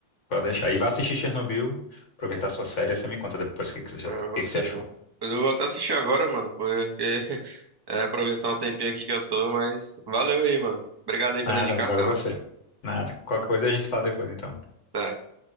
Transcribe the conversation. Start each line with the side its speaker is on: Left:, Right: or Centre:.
Left: Pode deixar. E vá assistir Chernobyl, aproveitar suas férias. Você me conta depois o que, que você
Right: É,
Left: o
Right: eu
Left: que
Right: vou sim,
Left: que você achou.
Right: mano. Eu vou até assistir agora, mano, porque <laughs> É, aproveitar um tempinho aqui que eu tô, mas valeu aí, mano. Obrigado aí pela
Left: Nada,
Right: indicação.
Left: valeu você. Nada. Qualquer coisa a gente fala depois, então.
Right: Até.